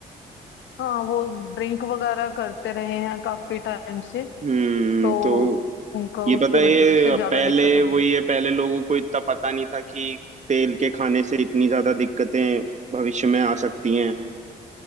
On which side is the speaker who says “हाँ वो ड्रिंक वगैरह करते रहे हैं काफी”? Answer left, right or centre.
Left